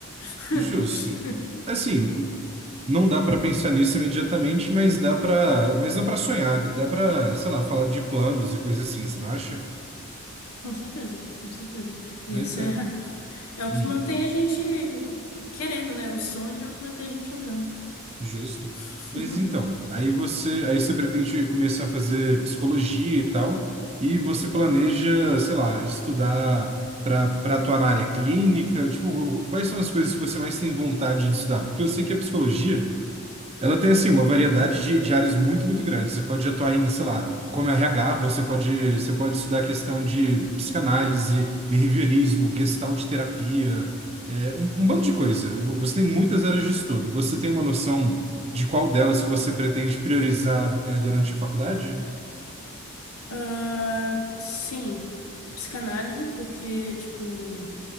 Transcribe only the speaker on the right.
Justo. Assim, não dá para pensar nisso imediatamente, mas dá para, mas dá para sonhar, dá para, sei lá, falar de planos e coisas assim, você não acha?
Mas
é.
Hum.
Justo.
Mas então, aí você, aí você pretende começar a fazer psicologia e tal, e você planeja, sei lá, estudar para para atuar na área clínica, tipo, quais são as coisas que você mais tem vontade de estudar? Porque eu sei que a psicologia, ela tem, assim, uma variedade de, de áreas muito, muito grande. Você pode atuar em, sei lá, como RH, você pode, você pode estudar a questão de psicanálise, behaviorismo, gestalt terapia, é, um, um bando de coisa. Você tem muitas áreas de estudo. Você tem uma noção de qual delas que você pretende priorizar, é, durante a faculdade?